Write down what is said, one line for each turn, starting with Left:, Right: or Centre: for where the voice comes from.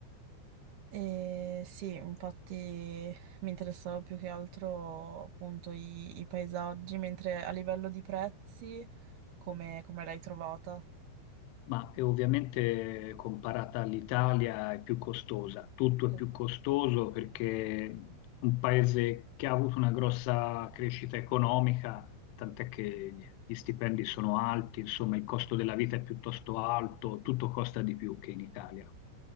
Right: E sì, infatti mi interessava più che altro appunto i, i paesaggi, mentre a livello di prezzi, come, come l'hai trovata?
Left: Ma è ovviamente comparata all'Italia è più costosa, tutto
Right: Ok.
Left: è più costoso perché un paese che ha avuto una grossa crescita economica, tant'è che gli stipendi sono alti, insomma il costo della vita è piuttosto alto, tutto costa di più che in Italia,